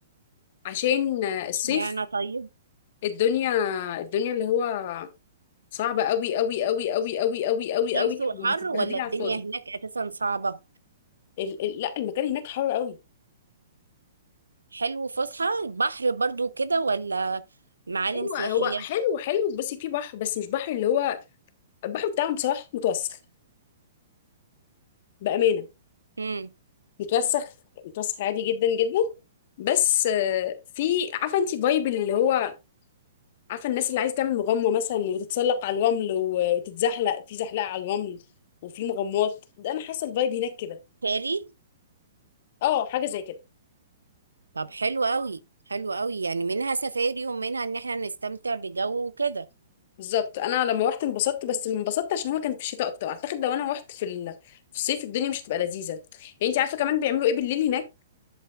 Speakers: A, on the left; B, on the right.
A: عشان آه، الصيف
B: اشمعنى طيب
A: الدنيا الدنيا اللي هو صعبة قوي قوي قوي قوي قوي قوي قوي
B: شمس
A: قوي
B: وحر
A: وهتتبهدلي
B: ولا الدنيا
A: على الفاضي
B: هناك اساسا صعبة
A: ال ال لا المكان هناك حر قوي
B: حلو فسحة بحر برضو كده ولا معالم
A: ايوه
B: سياحية
A: هو حلو حلو بس في بحر بس مش بحر اللي هو البحر بتاعهم بصراحة متوسخ بأمانة
B: امم
A: متوسخ متوسخ عادي جدا جدا بس آه، في عارفة انت فايب اللي هو عارفة الناس اللي عايزة تعمل مغامرة مثلا وتتسلق على الرمل و- وتتزحلق في زحلقة على الرمل وفي مغامرات ده انا حاسة الفايب هناك كده
B: فاري
A: اه حاجة زي كده
B: طب حلو قوي حلو قوي يعني منها سفاري ومنها ان احنا نستمتع بجو وكده
A: بالظبط انا لما روحت انبسطت بس انبسطت عشان هو كان في الشتاء اكتر اعتقد لو انا روحت في ال- في الصيف الدنيا مش هتبقى لذيذه يعني انت عارفه كمان بيعملوا ايه بالليل هناك